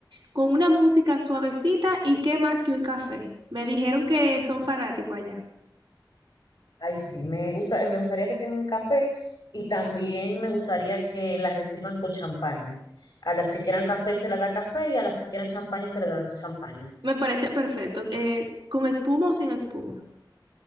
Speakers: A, on the right (about 70°); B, on the left (about 50°).
A: con una música suavecita y qué más que un café. Me dijeron que son fanáticos allá.
B: Ay, sí, me gusta, eh, me gustaría que tengan café y también me gustaría que las reciban con champaña. A las que quieran café se les da café y a las que quieran champaña se les dan champaña,
A: Me parece perfecto. Eh, ¿con espuma o sin espuma?